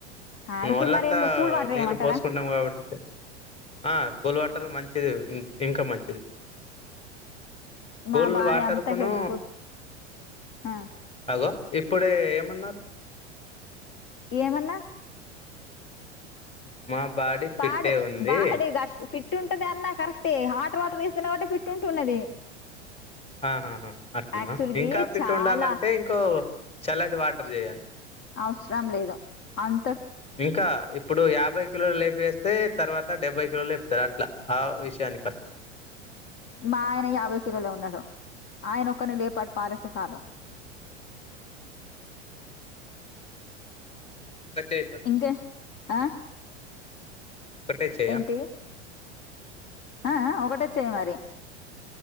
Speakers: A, on the left; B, on the left.
A: ఆ
B: మీ
A: ఇప్పుడు
B: ఒళ్ళంతా
A: మరి ఏమో కూల్ వాటర్
B: నీళ్ళు
A: ఏయమంటారా
B: పోసుకున్నాం కాబట్టి ఆ కూల్ వాటర్ మంచి చెయ్యు ఇంకా మంచిది కూల్
A: మా బాడీ
B: వాటర్
A: అంతా
B: కును
A: హెల్త్ ఫుల్ ఉ
B: అగో ఇప్పుడే ఏమన్నారు
A: ఏమన్నా
B: మా ఫిట్టే
A: బాడీ
B: ఉంది
A: బాడీ గార్డ్ ఫిట్ ఫిట్ ఉంటది అన్న కరెక్టే హాట్ వాటర్ వేస్తున్నావు అంటే ఫిట్ ఉంటున్నది
B: ఆహాహా అట్లనా
A: యాక్చువల్గా
B: ఇంకా ఫిట్
A: చాలా
B: ఉండాలంటే ఇంకో చల్లటి వాటర్ చేయాలి
A: అవసరం లేదు అన్
B: ఇంకా ఇప్పుడు యాభై కిలోలు లే వేస్తే తర్వాత డెబ్యె కిలోలు ఇస్తారు అట్లా ఆ విషయాని కోస్త
A: మా ఆయన యాభై కిలోలో ఉన్నాడు ఆయన ఒక్కన్నే లేపాటి పారేస్తే చాలు
B: అంతేనా? పట్టేస్తాం
A: ఇంకే ఆ
B: కట్టే చేయయా
A: ఏంటి ఆ ఆ ఒకటొచ్చేయ మరి